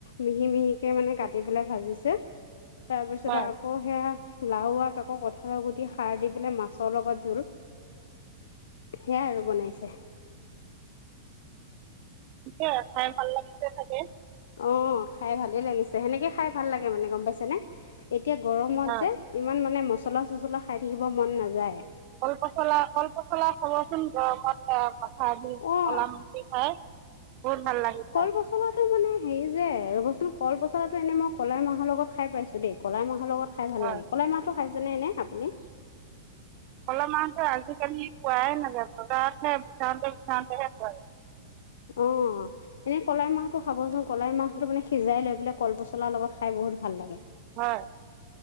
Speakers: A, on the left; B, on the right.
A: মিহি-মিহিকে মানে কাটি পেলাই ভাজিছে। তাৰপিছতে
B: হয়
A: আ অ' সেয়া লাও আগ আকৌ কঁঠালৰ গুটি সাৰ দি পেলাই মাছৰ লগত জোল। সেয়াই আৰু বনাইছে।
B: এতিয়া খাই ভাল লাগিছে চাগে?
A: অ', খাই ভালেই লাগিছে, সেনেকে খাই ভাল লাগে মানে, গম পাইছে নে? এতিয়া গৰমত
B: হয়
A: যে, ইমান মানে মছলা, চছলা খাই থাকিব মন নাযায়।
B: কল পচলা, কল পচলা খাবচোন গৰমত এ, আচাৰ দি
A: অঁ
B: বনাম। কি খাই? বহুত ভাল লাগে।
A: কল পচলাটো মানে হেৰি যে ৰবচোন, কল পচলাটো এনে মই কলাই মাহৰ লগত খাই পাইছো দেই। কলাই মাহৰ লগত খাই ভাল
B: হয়
A: লাগে, কলাই মাহটো খাইছেনে এনে আপুনি?
B: কলাই মাহটো আজিকালি পোৱাই নাযায়, বজাৰতহে বিচাওঁতে, বিচাৰওঁতেহে পোৱা যায়।
A: অ'। এনেই কলাই মাহটো খাবচোন, কলাই মাহটো মানে সিজাই লৈ পেলাই কল পচলাৰ লগত খাই বহুত ভাল লাগে।
B: হয়।